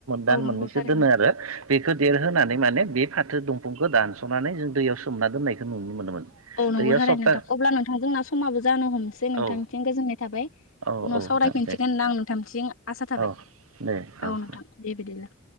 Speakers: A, on the right; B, on the left.
A: दान
B: औ नंगौ
A: मोननैसो
B: थारैनो।
A: दोनो आरो बेखौ होनानै माने बे फाथो दंफांखौ दानस'नानै जों दैयाव सोमना दोननायखौ नुनो मोनोमोन।
B: औ नंगौ
A: दैयाव
B: थारैनो
A: सप्ता
B: नोंथां अब्ला नोंथांजों समाबो जानो हमसै नोंथांनिथिं
A: औ
B: गोजोननाय थाबाय
A: औ
B: उनाव
A: औ नोंथां
B: सावरायफिनसिगोन
A: दे
B: होनना आं नोंथांनिसिम आसा थाबाय
A: औ दे दे
B: औ नोंथां दे बेदिब्ला।